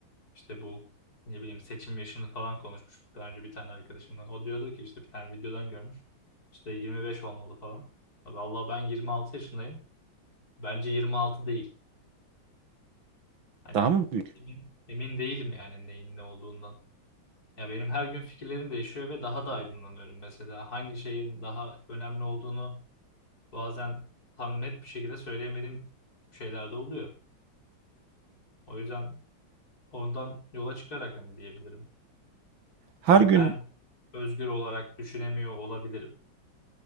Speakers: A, on the left; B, on the right.
A: İşte bu ne bileyim seçim yaşını falan konuşmuştuk daha önce bir tane arkadaşımla. O diyordu ki işte bir tane videodan görmüş. İşte 25 olmalı falan. Abi Allah ben 26 yaşındayım. Bence 26 değil. Hani
B: Daha mı büyük?
A: emin, emin değilim yani neyin ne olduğundan. Ya benim her gün fikirlerim değişiyor ve daha da aydınlanıyorum mesela. Hangi şeyin daha önemli olduğunu bazen tam net bir şekilde söyleyemediğim şeyler de oluyor. O yüzden ondan yola çıkarak hani diyebilirim.
B: Her
A: Hani
B: gün
A: ben özgür olarak düşünemiyor olabilirim.